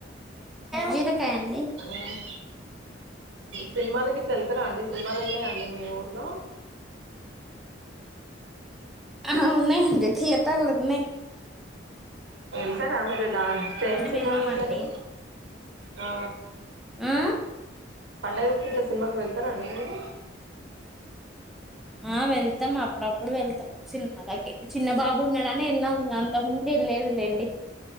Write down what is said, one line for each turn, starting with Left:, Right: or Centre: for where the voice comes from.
Centre: బీరకాయ అండి
Right: ఉమ్ సినిమాలకు ఇట్లా వెళ్తారా అండి సినిమాలు ఉన్నాయండి మీ ఊర్లో
Centre: ఆ ఉన్నాయండి థియటర్లున్నాయి
Right: వెళ్తారా మీరు లాస్ట్ ఏం సినిమా
Centre: వెళ్ళామండి
Right: చూశారు ఆ
Centre: ఆ
Right: పండుగకి ఇట్ల సినిమాకి వెళ్తారా అండి మీరు
Centre: ఆ వెళ్తాం అప్పుడప్పుడు వెళ్తాం సినిమలకి చిన్న బాబు ఉన్నాడాని వెళ్ళాము అంత ముందు వెళ్ళలేదిలేండి